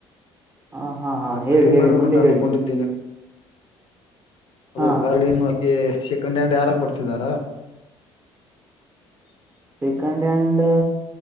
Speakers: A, on the right; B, on the left.
A: ಹ ಹಾ ಹಾ ಹೇಳಿ
B: ಖರೀದಿ
A: ಹೇಳಿ
B: ಮಾಡ್ಬೇಕಂತ
A: ಮುಂದೆ
B: ಅನ್ಕೊಂಡಿದ್ದೇನೆ
A: ಹೇಳಿ
B: ಅದು
A: ಹಾ
B: ಕಾರ್ಡನ್ನು ಕಂಡಂಡ ಯಾರ ಕೊಡ್ತಿದಾರ
A: ಸೆಕೆಂಡ್ ಹ್ಯಾಂಡ್